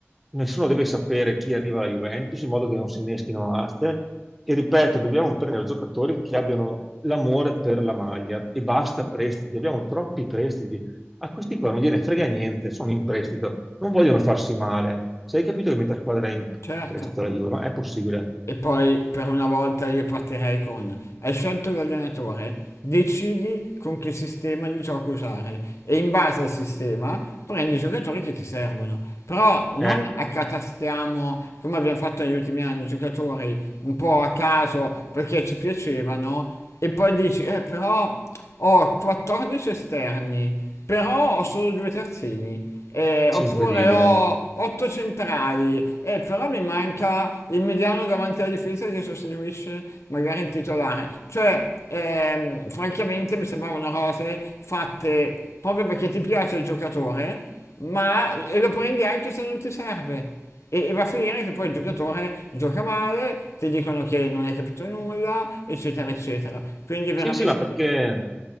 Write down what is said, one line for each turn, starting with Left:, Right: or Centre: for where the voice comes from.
Centre: nessuno deve sapere chi arriva alla Juventus, in modo che non si inneschino aste. E ripeto, dobbiamo prendere giocatori che abbiano l'amore per la maglia e basta prestiti, abbiamo troppi prestiti. A questi qua non gliene frega niente, sono in prestito, non vogliono farsi male. Se hai capito che metà squadra è in
Left: Certo.
Centre: prestito la Juve, ma è possibile?
Left: E poi per una volta io partirei con, hai scelto l'allenatore, decidi con che sistema di gioco usare e in base al sistema prendi i giocatori che ti servono. Però non
Centre: È
Left: accatastiamo, come abbiamo fatto negli ultimi anni, giocatori un po' a caso perché ci piacevano e poi dici, eh però ho 14 esterni, però ho solo due terzini. Eh, oppure
Centre: incredibile.
Left: ho 8 centrali, eh, però mi manca il mediano davanti alla difesa che sostituisce magari il titolare. Cioè, ehm, francamente mi sembravano cose fatte proprio perché ti piace il giocatore, ma e lo prendi anche se non ti serve. E, e va a finire che poi il giocatore gioca male, ti dicono che non hai capito nulla, eccetera, eccetera. Quindi veramente
Centre: Sì, sì, ma perché,